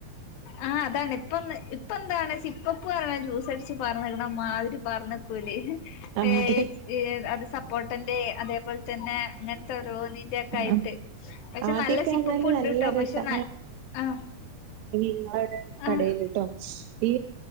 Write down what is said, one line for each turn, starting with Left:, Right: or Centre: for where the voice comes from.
Left: ആഹ് അതാണ് ഇപ്പൊന്ന് ഇപ്പ എന്താണ് സിപ്പ് പ്പപ്പ് പറഞ്ഞ ജ്യൂസടിച്ച് പറഞ്ഞരക്കണ മാതിരി പറഞ്ഞക്കൂലേ
Right: ആഹ്
Left: ഏയ്
Right: അതെ
Left: ഈഹ് അത് സപ്പോട്ടന്റെ അതേപോലെ തന്നെ അങ്ങനത്തെ ഓരോ ന്നിന്റൊക്കെ
Right: ഉം
Left: ആയിട്ട് പഷേ
Right: ആദ്യൊക്കെ
Left: നല്ല സിപ്പപ്പ്
Right: പറഞ്ഞാല്
Left: ഉണ്ട്ട്ടോ
Right: നല്ല രസാ.
Left: പഷേ ന ആഹ്
Right: ഇങ്ങളെവി ടെ കടേലിട്ടോ
Left: ആഹ്
Right: ഈ